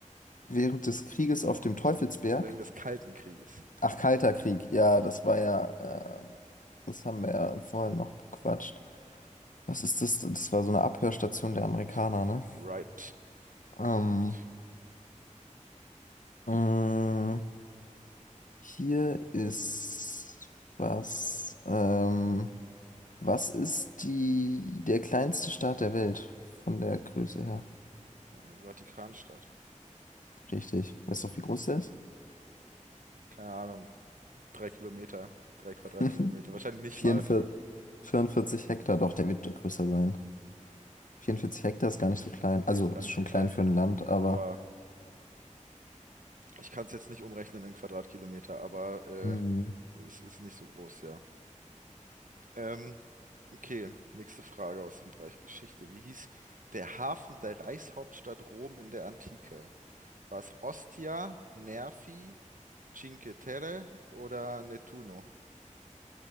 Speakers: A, on the left (about 85°); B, on the right (about 90°).
A: Während des Krieges auf dem Teufelsberg.
B: Wegen des Kalten Krieges.
A: Ach, Kalter Krieg. Ja, das war ja, ähm, das haben wir ja vorhin noch bequatscht. Was ist das? Das war so eine Abhörstation der Amerikaner,
B: Ich,
A: ne?
B: right,
A: Ähm,
B: korrekt.
A: mh, hier ist was. Ähm, was ist die, der kleinste Staat der Welt von der Größe her?
B: Äh, Vatikanstadt.
A: Richtig. Weißt du, wie groß der ist?
B: Keine Ahnung. Drei Kilometer, drei Quadratkilometer.
A: <laughs>
B: Wahrscheinlich nicht
A: 44,
B: mal.
A: 44 Hektar, doch, der wird größer sein. 44 Hektar ist gar nicht so klein. Also
B: Nee, ist gar
A: ist
B: nicht
A: schon
B: so klein.
A: klein für ein Land, aber.
B: Aber ich kann es jetzt nicht umrechnen in Quadratkilometer, aber äh,
A: Mhm.
B: es ist nicht so groß, ja. Ähm, okay, nächste Frage aus dem Bereich Geschichte. Wie hieß der Hafen der Reichshauptstadt Rom in der Antike? War es Ostia, Nervi, Cinque Terre oder Nettuno?